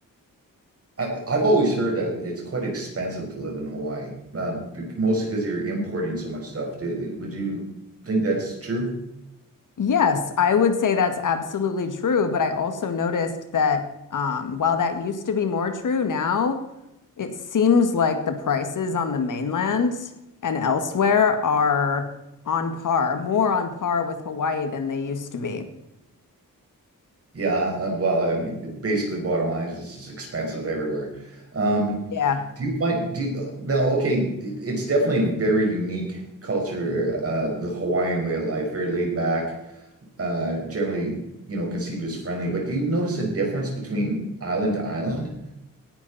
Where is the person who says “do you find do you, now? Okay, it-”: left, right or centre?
Right